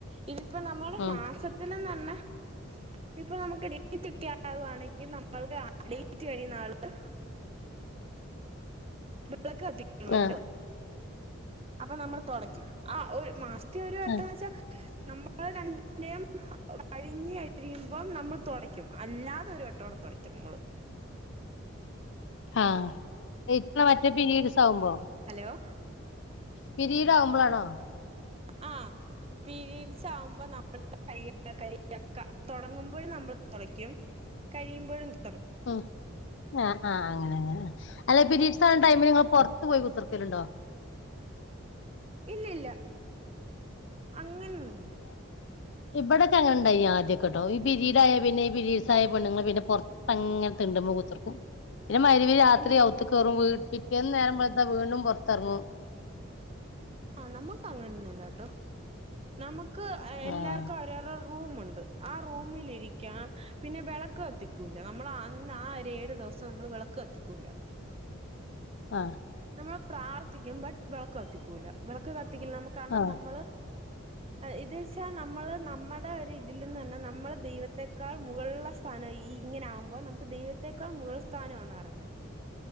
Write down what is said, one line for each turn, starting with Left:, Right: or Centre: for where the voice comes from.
Right: ഇത് ഇപ്പൊ നമ്മുൾ
Left: ഉം
Right: മാസത്തില് <unintelligible> ഇപ്പൊ നമുക്ക് ഡേറ്റ് ഒക്കെ ആവുവാണെങ്കിൽ നമ്മൾക്ക് ഡേറ്റ് കഴിയുന്ന ആള് വിളക്ക് കത്തിക്കണല്ലോ
Left: അ
Right: അപ്പൊ നമ്മൾ തുടയ്ക്കും ആ ഒരു മാർസ് <unintelligible> ഒരു വട്ടെന്ന്
Left: ആഹ്
Right: വെച്ചാൽ നമ്മള് രണ്ടം <unintelligible> കഴിഞ്ഞ കഴിയുമ്പം നമ്മൾ തുടയ്ക്കും അല്ലാതെ ഒരു വട്ടോടെ തുടയ്ക്കും നമ്മള്
Left: ആ ഇ മറ്റേ പിരീഡ്സ് ആവുമ്പോളോ
Right: ഹലോ
Left: പിരീഡ് ആവുമ്പോളാണോ
Right: ആ പീരീഡ്‌സ് ആവുമ്പോ നമ്മൾ ക കഴ തുടങ്ങുമ്പോഴും നമ്മൾ തുടയ്ക്കും കഴിയുമ്പോഴും തു
Left: ഉം ആഹ ആഹ അ അ അല്ലെ പിരീഡ്സ് ആവണ ടൈമിൽ നിങ്ങൾ പുറത്തു പോയി കുത്തിർക്കലുണ്ടോ?
Right: ഇല്ലില്ല അങ്ങനൊന്നും ഇല്ല.
Left: ഇവിടൊക്കെ അങ്ങനെ ഇണ്ടായിനി ആദ്യൊക്കെട്ടോ ഈ പിരീഡായ പിന്നെ ഈ പിരീഡസ് ആയ പെണ്ണുങ്ങള് പിന്നെ പുറത്തങ്ങനെ തിണ്ടുമ്മേ കുത്തിർക്കും. പിന്നെ മരുവി രാത്രി
Right: ഇല്ല
Left: ഔത്ത്കയറും വീ പിറ്റേന്ന് നേരംവെള്ത വീണ്ടും പൊറത്തറങ്ങും
Right: ആഹ നമ്മുക്ക് അങ്ങനെന്നൂല്ലാട്ടോ നമ
Left: ആഹ്
Right: എല്ലാർക്കുംഅവരോർരോ റൂമുണ്ട് ആ റൂമിലിരിക്കാൻ പിന്നെ വിളക്ക് കത്തിക്കൂല നമ്മൾ അന്ന് ആ ഒരു ഏഴ് ദിവസം നമ്മൾ വിളക്ക് കത്തിക്കൂല
Left: ആ
Right: നമ്മൾ പ്രാർത്ഥിക്കും ബട് വിളക്ക് കത്തിക്കൂല്ല വിളക്ക് ക എ നമ്മുക്ക് കാരണം
Left: ആഹ്
Right: നമ്മള് ഇത ച്ചാ നമ്മള് നമ്മുടെ ഒരു ഇതിലിന്ന് പറഞ്ഞ നമ്മള് ദൈവത്തക്കാൾ മുകളിലുള്ള സ്ഥാനം ഈ ഇങ്ങനെ ആകുമ്പോൾ നമുക്ക് ദൈവത്തെക്കാൾ മുകൾ സ്ഥാനമാന്ന് പറയുന്നത്